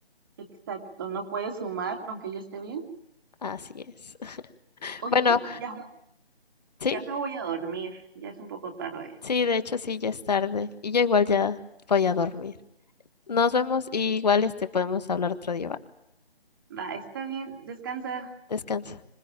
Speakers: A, on the right; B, on the left.
A: Exacto, no puedes sumar aunque yo esté bien.
B: Así es.
A: Oye,
B: Bueno,
A: ya,
B: sí,
A: ya me voy a dormir, ya es un poco tarde.
B: sí, de hecho sí, ya es tarde y yo igual ya voy a dormir. Nos vemos y igual este podemos hablar otro día, ¿va?
A: Va, está bien, descansa.
B: Descansa.